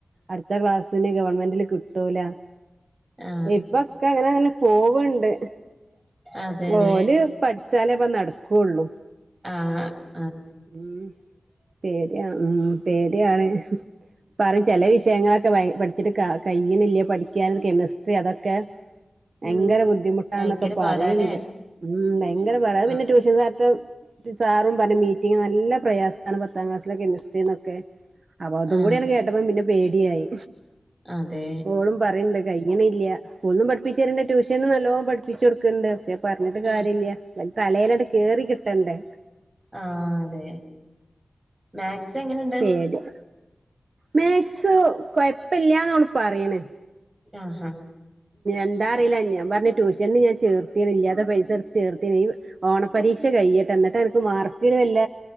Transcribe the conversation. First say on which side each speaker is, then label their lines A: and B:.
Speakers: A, on the right; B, on the right.
A: അടുത്ത ക്ലാസ്സിന് ഗവൺമെന്റില് കിട്ടൂല
B: ആ,
A: ഇപ്പൊക്കെ അങ്ങനെ അങ്ങനെ പോവണ്ട്
B: അതെ, അതെ.
A: ഓല് പഠി ച്ചാലേ ഇപ്പൊ നടക്കുള്ളു
B: ആഹ്
A: ഉം ശെരിയാ ഉം പേടിയാണ് പറയും ചില വിഷയങ്ങളൊ ക്കെ പഠിച്ചിട്ട് കഴിയുന്നില്ല പഠിക്കാൻ കെമിസ്ട്രി അതൊക്കെ ഭയങ്കര
B: ഉം.
A: ബുദ്ധിമുട്ടാന്നൊക്കെ
B: ഭയങ്കര
A: പറയണ്ട്
B: പാടാല്ലേ?
A: ഉം ഭയങ്കര പടാ അത്
B: ആ,
A: പിന്നെ ട്യൂഷൻ സ്ഥത്തും സാറും പറഞ്ഞ് മീറ്റിംഗ് നല്ല പ്രയാസവാണ് പത്താം ക്ലാസ്സിലെ കെമിസ്ട്രിന്നൊക്കെ അപ്പൊ അതു
B: ആ,
A: കൂടിയാങ് കേട്ടപ്പോ പിന്നെ പേടിയായി
B: അതെ.
A: ഓളും പറയണ്ട് കയിയണില്ല സ്കൂളിന്നും പഠിപ്പിച്ചിരണ്ട് ട്യൂഷനും നല്ലോ പഠിപ്പിച്ച് കൊടുക്കണ്ട് പക്ഷെ പറഞ്ഞിട്ട്
B: ആ,
A: കാര്യല്ല തലയിലങ് കേറി കിട്ടണ്ടേ
B: ആ, അതെ. മാത്സ് എങ്ങനെയുണ്ട്?
A: പേടിയാ മാക്സ് കൊയപ്പില്ലന്ന് ഓള് പറയണ്
B: ആഹ് ഹ
A: എന്താ അറിയില്ല ഞാൻ പറഞ്ഞ് ട്യൂഷന് ഞാൻ ചേർത്തിന് ഇല്ലാത്ത പൈസ എടുത്ത് ചേർത്തിന് ഈ ഓണ പരീക്ഷ കയിയട്ട് എന്നിട്ട് അനക്ക് മാർക്കിന് വല്ല